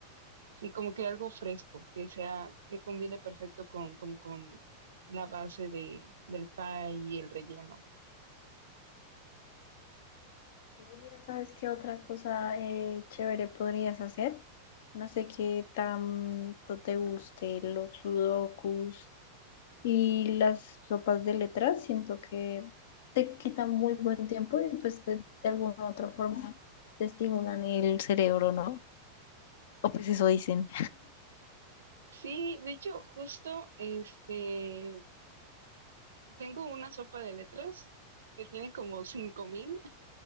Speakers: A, on the right; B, on the left.
A: sí, como que algo fresco, que sea, que combine perfecto con, con con la base de, del pie y el relleno.
B: Sí, mira, ¿sabes qué otra cosa eh, chévere podrías hacer? No sé qué tanto te guste los sudokus Y las sopas de letras siento que te quitan muy buen tiempo y pues de, de alguna u otra forma te estimulan el cerebro, ¿no? O pues eso dicen.
A: Sí, de hecho, justo, este, tengo una sopa de letras que tiene como cinco mil